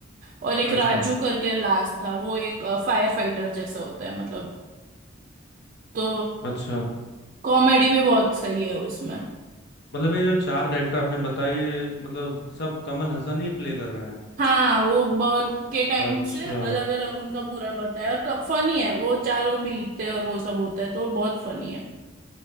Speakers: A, on the right; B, on the left.
A: और एक
B: अच्छा
A: राजू करके लास्ट था वो एक फायर फाइटर जैसा होता है मतलब तो
B: अच्छा
A: कॉमेडी भी बहुत सही है उसमें
B: मतलब ये जो चार कैरेक्टर आपने बताए ये मतलब सब कमल हसन ही प्ले कर रहे हैं
A: हाँ वो बर्थ के टाइम
B: अच्छा
A: से अलग अलग उनका पूरा बताया और फनी है वो चारों मिलते हैं और वो सब होता है तो वो बहुत फनी है